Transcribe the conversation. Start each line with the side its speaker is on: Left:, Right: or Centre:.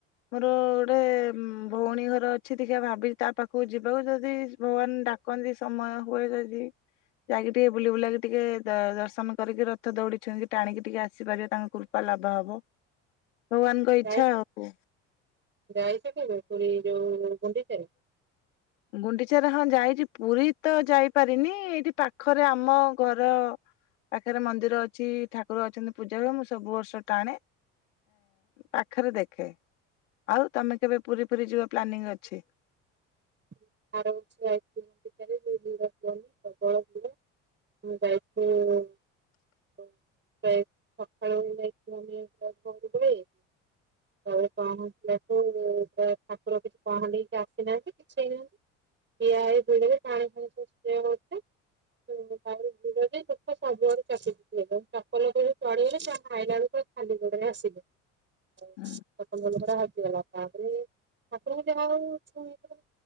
Left: ମୋର ଗୋଟେ ଭଉଣୀ ଘର ଅଛି ଦେଖିଆ ଭାବିଚି ତା ପାଖକୁ ଯିବାକୁ ଯଦି ଭଗବାନ ଡାକନ୍ତି ସମୟ ହୁଏ ଯଦି ଯାଇକି ଟିକେ ବୁଲି ବୁଲାକି ଟିକେ ଦର୍ଶନ କରିକି ରଥ ଦୌଡି ଛୁଇଁକି ଟାଣିକି ଟିକେ ଆସିପାରିବି ତାଙ୍କ କୃପା ଲାଭ ହବ। ଭଗବାନଙ୍କ ଇଚ୍ଛା
Right: ଯାଇ-ଯାଇଚ
Left: ଆଉ।
Right: କେବେ ପୁରୀ ଯୋଉ ଗୁଣ୍ଡିଚା କୁ
Left: ଗୁଣ୍ଡିଚାରେ ହଁ ଯାଇଚି ପୁରୀତ ଯାଇପାରିନି ଏଇଠି ପାଖରେ ଆମ ଘର ପାଖରେ ମନ୍ଦିର ଅଛି ଠାକୁର ଅଛନ୍ତି ପୂଜା ହୁଏ ମୁଁ ସବୁ ବର୍ଷ ଟାଣେ ପାଖରେ ଦେଖେ ଆଉ ତମେ କେବେ ପୁରୀ ପୁରୀ ଯିବା ପ୍ଲାନିଂ ଅଛି?
Right: <unintelligible> ଯାଇଥିଲୁ ପ୍ରାୟ ସକାଳୁ ଯାଇଥିଲୁ ଆମେ ପ ଘ ବଳେ ତାପରେ ପହଞ୍ଚିଲଠୁା ଠାକୁର କିଛି ପହଣ୍ଡି ହେଇକି ଆସିନାହାନ୍ତି କିଛି ହେଇନାହାନ୍ତି। <unintelligible> ଠିଆ ଏଇ ବଳରେ ପାଣି ଫାଣି ସବୁ ସ୍ପ୍ରେ ହୋଉଚି ତାପରେ ସବୁଆଡୁ ଚାପି ଦେଲେ ଚପଲ ଉପରେ ଚଢିଗଲେ ଆଇଲା ବେଲକୁ ଖାଲି ଗୋଡରେ ଆସିଲି। <inaudible>
Left: ହୁଁ
Right: ଜୋତା ହଜିଗଲା ତାପରେ ଠାକୁରଙ୍କୁ ଯାହା ହୋଉ ଛୁଇଲୁ